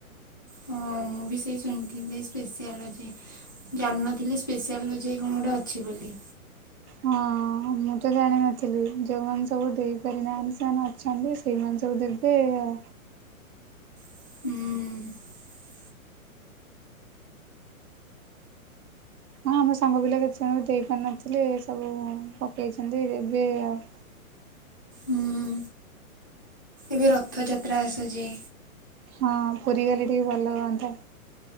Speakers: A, on the left (about 15°); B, on the right (about 80°).
A: ହଁ ମୁଁ ବି ସେଇ ଶୁଣିଥିଲି ସ୍ପେଶିଆଲୋଜି ଜାଣିନଥିଲି ସ୍ପେଶିଆଲୋଜି କଣ ଗୋଟେ ଅଛି ବୋଲି।
B: ହଁ ମୁଁ ତ ଜାଣିନଥିଲି ଯୋଉମାନେ ସବୁ ଦେଇପାରିନାହାନ୍ତି ସେମାନେ ଅଛନ୍ତି ସେଇମାନେ ସବୁ ଦେବେ ଆ
A: ହୁଁ।
B: ହଁ ଆମେ ସାଙ୍ଗପିଲା କେତେଜଣ ବି ଦେଇପାରିନଥିଲେ ସବୁ ପକେଇଛନ୍ତି ଦେବେ ଆଉ।
A: ହୁଁ। ଏବେ ରଥଯାତ୍ରା ଆସୁଚି।
B: ହଁ ପୁରୀ ଗଲେ ଟିକେ ଭଲ ହୁଅନ୍ତା।